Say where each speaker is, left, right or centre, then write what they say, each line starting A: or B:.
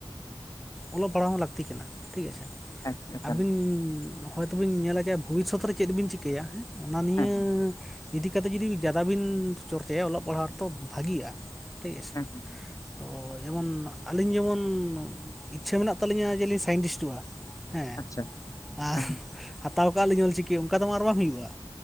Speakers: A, in the centre; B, on the left.
A: ᱚᱞᱚᱜ ᱯᱟᱲᱦᱟᱣ ᱦᱚᱸ ᱞᱟᱹᱠᱛᱤ ᱠᱟᱱᱟ ᱴᱷᱤᱠ ᱟᱪᱷᱮ
B: ᱦᱮᱸ
A: ᱾
B: ᱮᱠᱟᱞ
A: ᱟᱹᱵᱤᱱ ᱦᱚᱭᱛᱳ ᱵᱤᱱ ᱧᱮᱞᱟ ᱡᱮ ᱵᱷᱚᱵᱤᱥᱚᱛ ᱨᱮ ᱪᱮᱫ ᱵᱤᱱ ᱪᱤᱠᱟᱹᱭᱟ ᱦᱮᱸ? ᱚᱱᱟ ᱱᱤᱭᱟᱹ
B: ᱦᱮᱸ
A: ᱤᱫᱤ ᱠᱟᱛᱮ ᱡᱩᱫᱤ ᱡᱟᱫᱟ ᱵᱤᱱ ᱪᱚᱨᱪᱟᱭᱟ ᱚᱞᱚᱜ ᱯᱟᱲᱦᱟᱜ ᱨᱮᱛᱚ ᱵᱷᱟᱜᱤᱜᱼᱟ ᱴᱷᱤᱠ ᱟᱪᱷᱮ
B: <unintelligible>
A: ᱾ ᱛᱚ ᱡᱮᱢᱚᱱ ᱟᱹᱞᱤᱧ ᱡᱮᱢᱚᱱ ᱤᱪᱪᱷᱟᱹ ᱢᱮᱱᱟᱜ ᱛᱟᱹᱞᱤᱧᱟ ᱡᱮᱞᱤᱧ ᱥᱟᱭᱮᱱᱴᱤᱥᱴᱚᱜᱼᱟ ᱾ ᱦᱮᱸ
B: ᱟᱪᱪᱷᱟ
A: ᱟᱨ
B: ᱦᱮᱸ ᱦᱮᱸ
A: ᱦᱟᱛᱟᱣ ᱠᱟᱜᱼᱟ ᱞᱤᱧ ᱚᱞᱪᱤᱠᱤ ᱚᱱᱠᱟ ᱛᱚᱢᱟ ᱟᱨ ᱵᱟᱝ ᱦᱩᱭᱩᱜᱼᱟ,